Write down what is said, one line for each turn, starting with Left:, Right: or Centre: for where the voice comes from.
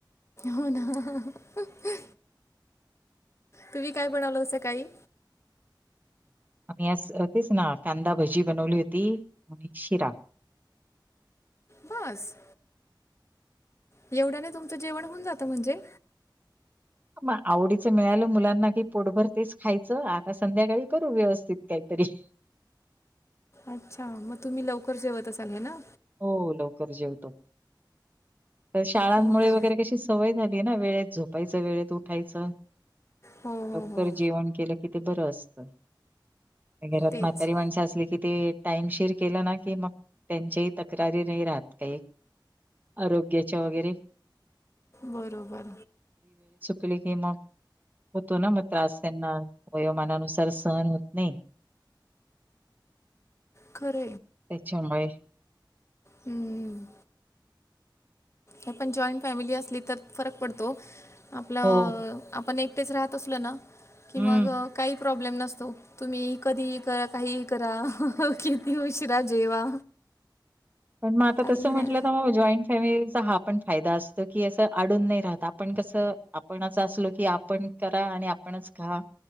Left: हो ना आ हा हा हा तुमी काय बनवल सकाळी
Right: आम्ही आज तेच ना कांदा भजी बनवली होती आणि शिरा
Left: बस एवढ्याने तुमचं जेवण हुन जात मणजे
Right: म आवडीच मिळालं मुलांना की पोटभर तेच खायचं आता संध्याकाळी करू व्यवस्थित काहीतरी हि
Left: अच्छा मग तुमी लवकर जेवत असाल हे ना
Right: हो लवकर जेवतो त शाळांमुळे
Left: हो का
Right: वगैरे कशी सवय झाली तेन वेळेत झोपायच वेळेत उठायचं
Left: हो हो
Right: लवकर
Left: हो
Right: जेवण केल कि ते बरं असत नय घरात
Left: तेच
Right: म्हातारी माणसं असली की ते टाइम शेर केला ना की मग त्यांचे तक्रारी नाय राहत काही आरोग्याच्या वगैरे
Left: बरोबर
Right: किलीकी मग होतो ना मग त्रास त्यांना वयोमानानुसार. तर सहन होत नेय
Left: खरं
Right: त्याच्यामुळे
Left: हम्म न पण जॉईंट फॅमिली असली तर फरक पडतो आपलं
Right: हो
Left: आपण एक एकटेच राहत असलोना की
Right: हम्म.
Left: मग काही प्रॉब्लेम नसतो तुम्ही कधीही करा काहीही करा ह हो कितीही उशरा जेवा
Right: पण म आता
Left: काही
Right: तसं म्हटलं
Left: नाही
Right: ना जॉईंट फॅमिली हा आपण फायदा असतो की अस अडून नाही राहत आपण कसं आपणच असलो की आपण करा आणि आपणच खा